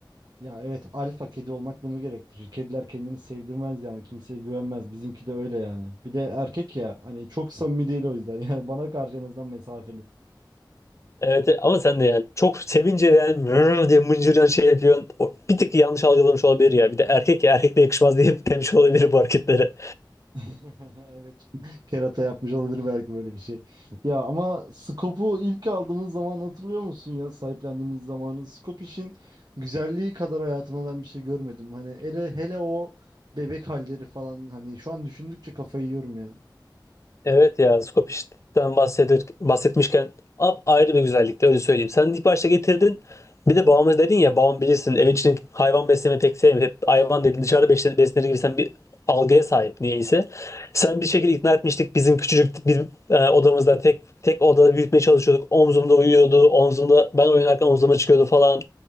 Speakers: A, on the right; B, on the left.
A: ya evet alfa kedi olmak bunu gerektirir. Kediler kendini sevdirmez yani. Kimseye güvenmez. Bizimki de öyle yani. Bir de erkek ya hani çok samimi değil o yüzden. <laughs> Yani bana karşı en azından mesafeli.
B: Evet e, ama sen de yani çok sevince yani "Vrr" diye mıncıran şey yapıyorsun. O bir tık yanlış algılamış olabilir ya. Bir de erkek ya erkekle yakışmaz diye <laughs> demiş olabilir bu hareketlere.
A: <laughs> Evet. Kerata yapmış olabilir belki böyle bir şey. Ya ama Scope'u ilk aldığımız zaman hatırlıyor musun ya sahiplendiğimiz zamanı? Scope işin güzelliği kadar hayatıma ben bir şey görmedim. Hani hele hele o bebek halleri falan hani şu an düşündükçe kafayı yiyorum
B: Evet ya Skopje'den bahsedir, bahsetmişken ap ayrı bir güzellikte öyle söyleyeyim. Sen ilk başta getirdin. Bir de babamız dedin ya babam bilirsin evin içinde hayvan beslemeyi pek sevmiyor. Hep hayvan dedin dışarıda beslenir, beslenir gibi sen bir algıya sahip niyeyse. Sen bir şekilde ikna etmiştik bizim küçücük bir e, odamızda tek tek odada büyütmeye çalışıyorduk. Omzumda uyuyordu. Omzumda ben oynarken omzuma çıkıyordu falan.